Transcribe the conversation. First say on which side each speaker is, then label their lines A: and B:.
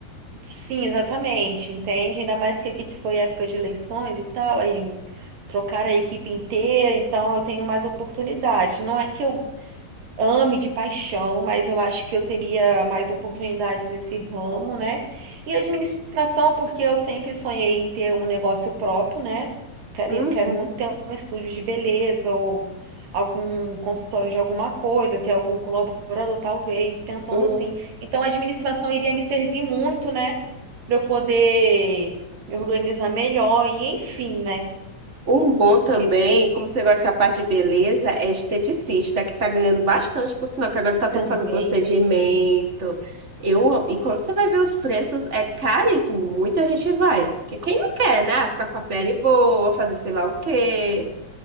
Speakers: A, on the right; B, on the right.
A: Sim, exatamente, entende? Ainda mais que aqui foi época de eleições e tal, aí trocaram a equipe inteira, então eu tenho mais oportunidade. Não é que eu ame de paixão, mas eu acho que eu teria mais oportunidades nesse ramo, né? E administração, porque eu sempre sonhei em ter um negócio próprio, né? Queria,
B: Uhum.
A: quero muito ter um estúdio de beleza ou algum consultório de alguma coisa, ter algum colaborador, talvez, pensando
B: Um,
A: assim. Então, a administração iria me servir muito, né? Para eu poder me organizar melhor e, enfim, né?
B: um bom
A: Porque
B: também, como você gosta dessa parte de beleza, é esteticista, que tá ganhando bastante, por sinal, que agora tá tudo
A: também
B: fazendo procedimento.
A: pensei.
B: Eu, e quando você vai ver os preços, é caríssimo. Muita gente vai. Porque quem não quer, né? Ah, Ficar com a pele boa, fazer sei lá o quê.